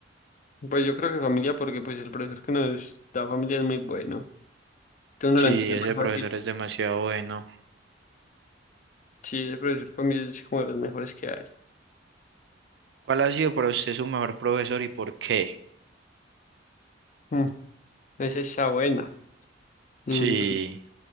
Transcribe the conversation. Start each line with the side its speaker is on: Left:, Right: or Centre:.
Left: Pues yo creo que familia, porque pues el profesor que nos da familia es muy bueno. Entonces uno
Right: Sí,
Left: lo entiende
Right: ese
Left: más fácil.
Right: profesor es demasiado bueno.
Left: Sí, el profesor para mí es como de los mejores que hay.
Right: ¿Cuál ha sido para usted su mejor profesor y por qué?
Left: Mm, Esa está buena. Mm,
Right: Sí.